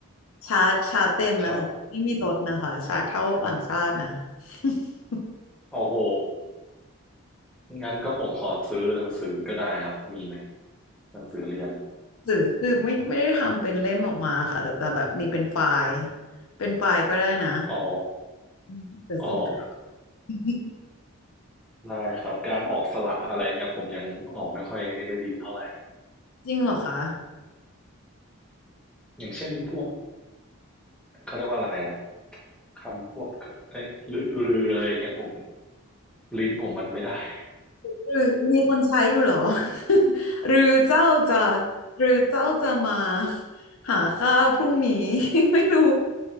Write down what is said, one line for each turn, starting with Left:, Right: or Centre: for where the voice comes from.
Left: ชาร์จชาร์จเต็มนะคะไม่มีลดนะคะชาร์จเท่าต่างชาตินะ
Centre: ครับ
Left: <laughs>
Centre: โอ้โหงั้นก็ผมขอซื้อหนังสือก็ได้ครับมีไหมหนังสือเรียน
Left: หรือคือไม่ไม่ได้ทำเป็นเล่มออกมาค่ะแต่แต่แบบมีเป็นไฟล์เป็นไฟล์ก็ได้นะ
Centre: อ๋อ
Left: อืมเดี๋ยวส่ง
Centre: อ๋อ
Left: <laughs>
Centre: ได้ครับการออกสระอะไรเงี้ยผมยังออกไม่ค่อยได้ดีเท่าไหร่
Left: จริงเหรอคะ
Centre: อย่างเช่นพวกเขาเรียกว่าอะไรอะ คำควบเอ้ยรือหรืออะไรอย่างเงี้ยผมลิ้นผมมันไม่ได้ <laughs>
Left: หรือมีคนใช้อยู่เหรอ <laughs> หรือเจ้าจะหรือเจ้าจะมาหาข้าวพรุ่งนี้ <laughs> ไม่รู้